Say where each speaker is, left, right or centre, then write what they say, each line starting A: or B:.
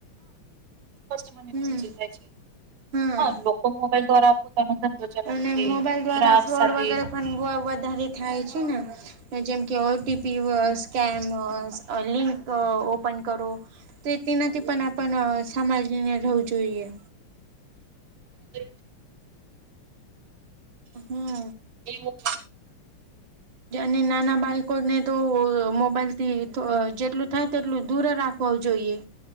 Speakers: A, on the right; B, on the right.
A: ાય
B: હમ હા
A: લોકો મોબાઈલ દ્વા આપ તો ધંધો ચલાવે
B: અને
A: છે
B: મોબાઈલ દ્વારા
A: ગ્રાહક
B: ફ્રોડ
A: સાથે
B: વગેરે પણ વધારે થાય છે ને જેમ કે
A: હા
B: ઓટીપી સ્કેમ લિંક ઓપન કરો. તે તેનાથી પણ આપણ સમાજ રહેવું જોઈએ
A: એ
B: હમ
A: એવું
B: ને નાના બાળકોને તો મોબાઈલથી જેટલું થાય તેટલું દૂર રાખવ જોઈએ